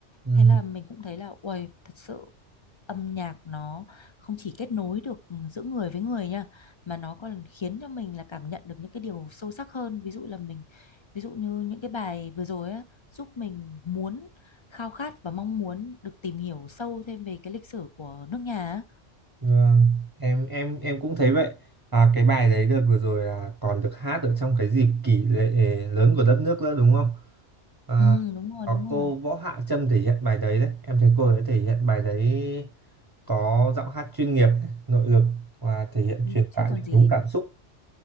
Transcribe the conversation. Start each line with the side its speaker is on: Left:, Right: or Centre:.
Right: Ừm,
Left: thế là mình cũng thấy là uầy thật sự âm nhạc nó không chỉ kết nối được giữa người với người nha mà nó còn khiến cho mình là cảm nhận được những cái điều sâu sắc hơn ví dụ là mình ví dụ như những cái bài vừa rồi á giúp mình muốn khao khát và mong muốn được tìm hiểu sâu thêm về cái lịch sử của nước nhà á.
Right: vâng, em em em cũng thấy vậy. À, cái bài đấy đợt vừa rồi là còn được hát ở trong cái dịp kỷ lễ lớn của đất nước nữa đúng không? Ờ,
Left: ừ đúng rồi
Right: có
Left: đúng rồi
Right: cô Võ Hạ Trâm thể hiện bài đấy đấy em thấy cô ấy thể hiện bài đấy có giọng hát chuyên nghiệp này, nội lực và thể hiện
Left: Ừ,
Right: truyền
Left: chứ
Right: tải
Left: còn
Right: được
Left: gì
Right: đúng cảm xúc